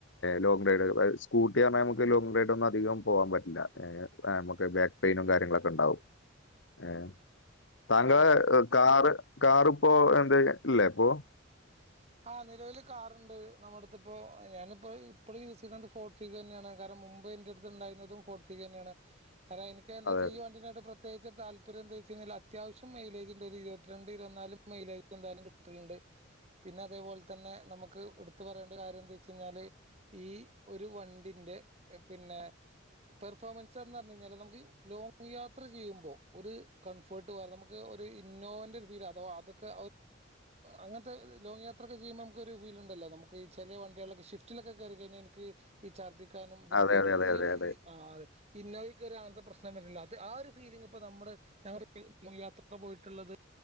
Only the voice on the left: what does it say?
ലോങ് റൈഡ് സ്കൂട്ടി പറഞ്ഞാൽ നമുക്ക് ലോങ് റൈഡ് ഒന്നും അധികം പോവാൻ പറ്റില്ല ഏ നമുക്ക് ബേ പെയിനും കാര്യങ്ങളൊക്കെ ഉണ്ടാവും ഏ താങ്കളെ
കാറ് കാറിപ്പോ എന്തേ ഇല്ലേപ്പോ
അതെ
അതെ
അതെ അതെ
അതെ അതെ